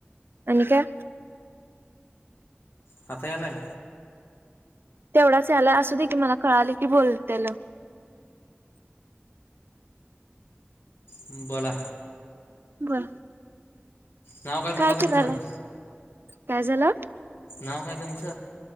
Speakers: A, on the right; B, on the left.
A: आणि काय
B: साथायाले
A: तेवढाच यालाय असं देखी मला कळाले की बोल त्याला
B: हम्म बोला.
A: बर
B: नाव
A: काय
B: म्हटला तुमचं
A: करालाय काय झालं.
B: नाव काय तुमच?